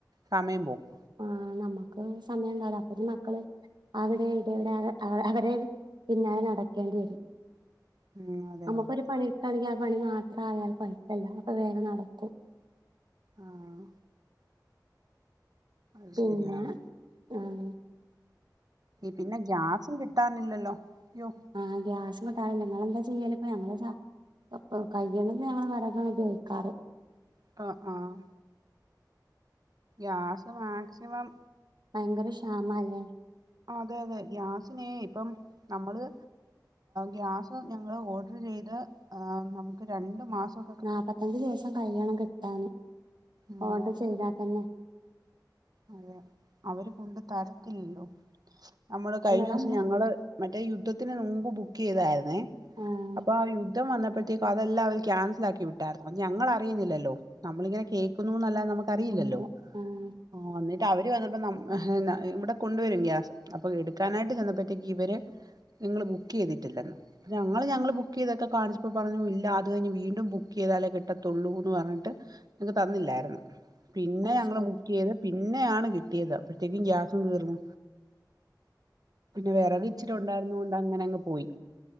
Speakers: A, on the right; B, on the right.
A: സമയം പോകും
B: ആ നമ്മുക്ക് സമയം ഉണ്ടാവില്ല അപ്പത്തി മക്കള് അവിടെ ഇടെവിടെ അവരെ പിന്നാലെ നടക്കേണ്ടി വരും
A: ഉം അതെ
B: നമുക്കൊരു
A: അതെ
B: പണി എടുക്കുകയാണെങ്കിൽ ആ പണി മാത്രം ആയാൽ കുഴപ്പമില്ല അപ്പൊ വേഗം നടക്കും
A: ആഹ് അത്
B: പിന്നെ
A: ശരിയാണ്
B: ആഹ്
A: പിന്നെ ഗ്യാസും കിട്ടാനില്ലല്ലോ അയ്യോ
B: ആഹ് ഗ്യാസും <unintelligible> നിങ്ങൾ എന്താ ചെയ്യല് ഇപ്പ ഞങ്ങള് ചാ അപ്പൊ കയ്യണത് ഞങ്ങള് വറകാണ് ഉപയോഗിക്കാറ്.
A: പ്പൊ ആഹ് ഗ്യാസ് മാക്സിമം
B: ഭയങ്കര ക്ഷാമാല്ലേ
A: അതെ അതെ ഗ്യാസിനെ ഇപ്പം നമ്മള് ഗ്യാസ് ഞങ്ങള് ഓഡർ ചെയ്ത് നമുക്ക് രണ്ടു മാസം
B: നാല്പ്പത്തഞ്ച് ദിവസം കഴിയണം കിട്ടാന്
A: ഉം
B: ഓഡർ ചെയ്താ തന്നെ
A: അതെ അവര് കൊണ്ട് തരത്തില്ലല്ലോ നമ്മള് കഴിഞ്ഞോസം
B: നിങ്ങളെന്താ
A: ഞങ്ങള് മറ്റേ യുദ്ധത്തിന് മുമ്പ് ബുക്കെയ്തായ്രുന്നേ
B: ആഹ്
A: അപ്പൊ ആ യുദ് യുദ്ധം വന്നപ്പഴ്ത്തേക്കും അതെല്ലാം അവര് കാൻസലാക്കി വിട്ടായ്രുന്നു അത് ഞങ്ങൾ അറിയുന്നില്ലല്ലോ നമ്മളിങ്ങനെ കേക്കുന്നുന്നല്ലാതെ നമുക്ക് അറിയില്ലല്ലോ
B: അതെ ആഹ്
A: ആഹ് വന്നിട്ട് അവര് വന്നപ്പോ ഇവടെ കൊണ്ടുവരും ഗ്യാസ് അപ്പൊ എട്ക്കാനായിട്ട് ചെന്നപ്പറ്റേക്ക് ഇവര് നിങ്ങള് ബുക്ക് ചെയ്തിട്ടില്ലെന്ന് ഞങ്ങള് ഞങ്ങൾ ബുക്ക് ചെയ്തക്കെ കാൺച്ചപ്പോ പറഞ്ഞു ഇല്ല അത് കഴിഞ്ഞ്‌ വീണ്ടും ബുക്കെയ്താലേ കിട്ടത്തുള്ളൂന്നർഞ്ഞിട്ട് ഞക്ക് തന്നില്ലായിര്ന്നു പിന്നെ
B: അത്
A: ഞങ്ങള്
B: ശരി
A: ബുക്ക് ചെയ്ത് പിന്നെയാണ് കിട്ടിയത്. അപ്പഴത്തേക്കും ഗ്യാസും തീർന്നു. പിന്നെ വെറക് ഇച്ചിരുണ്ടായ്രുന്നോണ്ട് അങ്ങനെ അങ്ങ് പോയി.